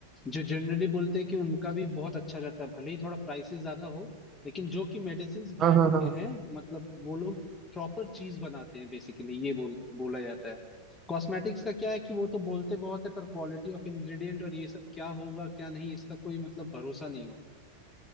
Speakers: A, on the left; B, on the right.
A: जो जनरली बोलते हैं कि उनका भी बहुत अच्छा रहता है भले ही थोड़ा प्राइसेस ज्यादा हो लेकिन जो कि मेडिसिन ब्रांड
B: हाँ हाँ हाँ
A: के हैं मतलब वो लोग प्रॉपर चीज बनाते हैं बेसिकली ये बोल बोला जाता है कॉस्मेटिक्स का क्या है कि वो तो बोलते बहुत है पर क्वालिटी ऑफ इंग्रेडिएंट और ये सब क्या होगा क्या नहीं इसका कोई मतलब भरोसा नहीं होता